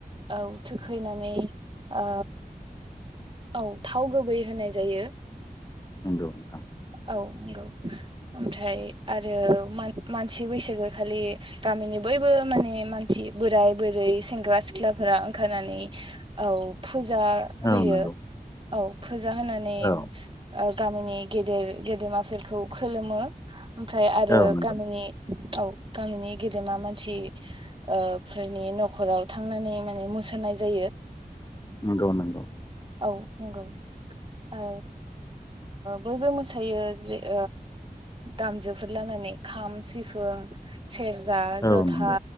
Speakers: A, on the right; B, on the left.
A: औ थोखैनानै औ औ थाव गुबै होनाय जायो
B: नंगौ नोंथां
A: औ नंगौ ओमफ्राय आरो मान मानसि बैसागो खालि गामिनि बयबो माने मानसि बोराय बोरै सेंग्रा सिख्लाफोरा ओंखारनानै औ फुजा होयो
B: औ नंगौ
A: औ फोजा होनानै
B: औ
A: ओ गामिनि गेदेर गेदेमाफोरखौ खोलुमो ओमफ्राय आरो
B: औ नंगौ
A: गामिनि औ गामिनि गेदेमा मानसि ओ फोरनि न'खराव थांनानै माने मोसानाय जायो
B: नंगौ नंगौ
A: औ नंगौ ओ बयबो मोसायो जेर दामजफोर लानानै खाम सिफोन सेरजा
B: औ
A: जथा
B: नंगौ